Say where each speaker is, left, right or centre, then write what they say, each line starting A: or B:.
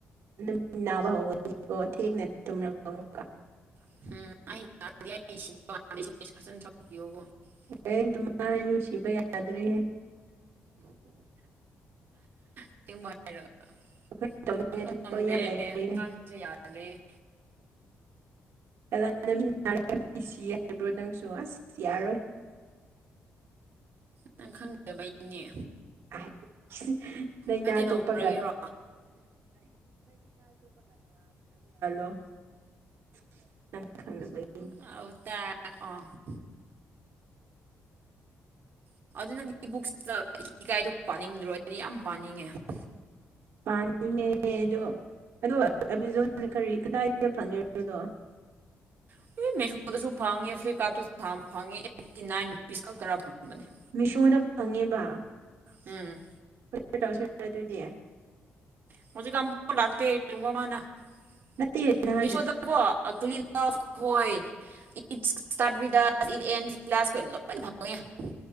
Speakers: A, on the right; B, on the right.
A: ꯅꯃꯤꯠ ꯅꯥꯕ ꯍꯧꯒꯅꯤꯀꯣ ꯊꯦꯡꯅ ꯇꯨꯝꯔꯥ ꯑꯥ
B: <inaudible>
A: <inaudible>
B: <inaudible>
A: ꯑꯩꯈꯣꯏ ꯇꯧꯅꯤꯡꯉꯥꯏ ꯊꯕꯛ ꯌꯥꯝ ꯂꯩꯔꯤꯍꯦ <inaudible>
B: ꯅꯪ ꯈꯪꯗꯕꯩꯅꯦ꯫
A: ꯑꯥꯏ ꯑꯁ ꯂꯩꯅꯥ
B: ꯍꯥꯏꯗꯤ
A: ꯑꯇ‌ꯣꯞꯄꯒ
B: ꯅꯧꯔꯒꯤꯔꯣ
A: <unintelligible> ꯅꯪ ꯈꯪꯗꯕ‌ꯩ꯫
B: <unintelligible> <inaudible>
A: <inaudible>
B: <inaudible>
A: ꯃꯤꯁꯣꯗ ꯐꯪꯉꯦꯕꯥ꯫
B: ꯎꯝ꯫
A: <inaudible>
B: <inaudible>
A: ꯅꯠꯇꯦ ꯅꯍꯥꯟ
B: <unintelligible>